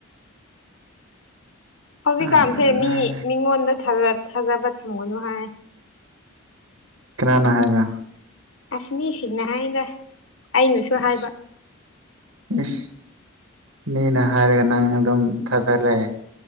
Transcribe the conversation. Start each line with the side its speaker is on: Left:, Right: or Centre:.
Left: ꯍꯧꯖꯤꯛꯀꯥꯟꯁꯦ
Right: ꯎꯝ
Left: ꯃꯤ ꯃꯤꯉꯣꯟꯗ ꯊꯥꯖꯕ ꯊꯝꯒꯅꯨ ꯍꯥꯏ
Right: ꯀꯅꯥꯅ ꯍꯥꯏꯕ꯭ꯔꯥ
Left: ꯑꯁꯃꯤꯁꯤꯡꯅ ꯍꯥꯏꯗ ꯑꯩꯅꯁꯨ
Right: ꯏꯁ
Left: ꯍꯥꯏꯕ
Right: ꯏꯁ ꯃꯤꯅ ꯍꯥꯏꯔꯒ ꯅꯪ ꯑꯗꯨꯝ ꯊꯥꯖꯔꯛꯑꯦ